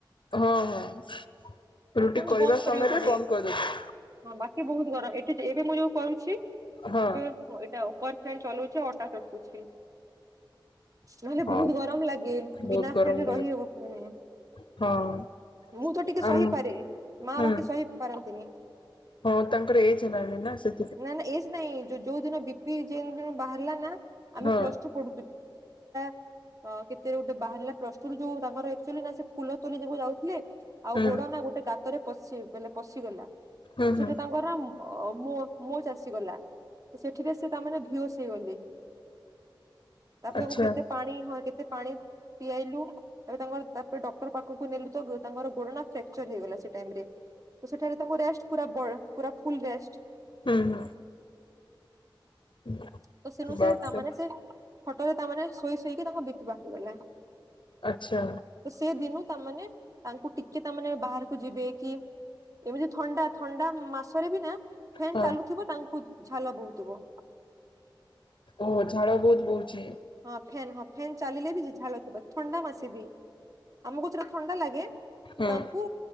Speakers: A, on the left (about 70°); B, on the right (about 40°).
A: ହଁ ହଁ। ରୁଟି
B: ପୁଣି
A: କରିବା
B: ବନ୍ଦ
A: ସମୟରେ
B: କରିବାକୁ ପଡେ,
A: ବନ୍ଦ କରିଦଉଛି
B: ହଁ ବାକି ବହୁତ ଗରମ, ଏଠି ଏବେ ମୁଁ ଯୋଉ କରୁଛି
A: ହଁ।
B: ଏବେ ଏଇଟା ଉପର ଫ୍ୟାନ ଚଲଉଚି ଆଉ ଅଟା ଚଟକୁଛି। ନହେଲେ
A: ହଁ
B: ବହୁତ ଗରମ ଲାଗେ,
A: ବହୁତ
B: ବିନା
A: ଗରମ
B: ଫ୍ୟାନ ରେ
A: ଲାଗେ
B: ରହିହବ ମାନେ
A: ହଁ।
B: ମୁଁ ତ ଟିକେ
A: ଆମ
B: ସହିପାରେ, ମା
A: ହୁଁ
B: ବା ସହି ପାରନ୍ତିନି।
A: ହଁ ତାଙ୍କର ଏଜ ହେଲାଣି ନା, ସେ
B: ନା ନା, ଏସ ନାଇଁ, ଯୋଉ ଦିନ ବି ପି ଯେଉଁ ଦିନ ବାହାରିଲା ନା, ଆମେ
A: ହଁ
B: ପ୍ଲସ ଟୁୁ ପ <unintelligible> ଆଉ କେତେରେ ଗୋଟେ ବାହାରିଲା ପ୍ଲସ ଟୁ ରୁ, ଯୋଉ ତାଙ୍କର ଆକ୍ଚୁଆଲି ନା ସେ ଫୁଲ ତୋ ଯ ଯାଉଥିଲେ ଆଉ
A: ହୁଁ
B: ଗୋଡ ନା, ଗୋଟେ ଗାତରେ ପଶି ବୋଇଲେ ପଶିଗଲା,
A: ହୁଁ
B: ତ
A: ହୁଁ
B: ସେଠି ତାଙ୍କର ମୁ ମୁଁ ମୋ ଚସିଗଲା, ସେଠିରେ ସେ ତାମାନେ ଭେସ ହେଇଗଲେ। ତାପରେ
A: ଆଚ୍ଛା
B: ମୁ କେତେ ପାଣି, ହଁ କେତେ ପାଣି ପିଆଇଲୁ ଏ ତାଙ୍କର ତାପରେ ଡକ୍ଟର ପାଖକୁ ନେଲୁ ତ, ତାଙ୍କର ଗୋଡନା ଫ୍ରାକ୍ଚର ହେଇଗଲା ସେଇ ଟାଇମରେ। ତ, ସେଠାରେ ତାଙ୍କୁ ରେଷ୍ଟ ପୁରା ବଡ, ପୁରା ଫୁଲ ରେଷ୍ଟ।
A: ହୁଁ ହୁଁ। ହୁଁ।
B: ତ ସ ନୁ
A: ବାପରେ
B: ସେ, ତାମାନେ ସେ, ହଟୋରେ ତାମାନେେ ଶୋଇ ଶୋଇକି, ତାଙ୍କ ବିଟ ବାଙ୍କିଗଲା।
A: ଆଛା।
B: ତ ସେ ଦିନୁ ତାମାନେ ତାଙ୍କୁ ଟିକେ ତାମାନେେ ବାହାରକୁ ଯିବେ କି ଏମିତି ଥଣ୍ଡା ଥଣ୍ଡା ମାସରେ ବି ନା ଫ୍ୟନ୍
A: ହଁ
B: ଚାଲୁଥିବ ତାଙ୍କୁ ଝାଲ ବହୁଥିବ
A: ଓହୋ ଝାଳ ବହୁତ ବହୁଛି?
B: ହଁ ଫ୍ୟାନ ହଁ ଫ୍ୟନ୍ ଚାଲିଲେ ବି ଝାଳ ଥିବ ଥଣ୍ଡା ମାସେବି ଆମକୁ ଯୋଉଟା ଥଣ୍ଡା ଲାଗେ।
A: ହଁ
B: ତାଙ୍କୁ